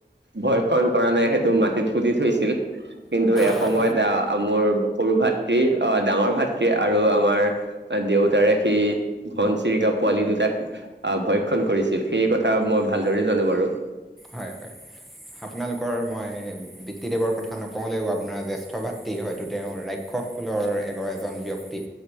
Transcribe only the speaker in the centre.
হয়
হয়, হয়, আপোনালোকৰ মই বিত্ত দেৱৰ কথা নকওঁলেও আপোনাৰ জেষ্ঠ ভাতৃ হয়তো তেওঁ ৰা উৎখ খুলৰ এগৰ এজন ব্যক্তি,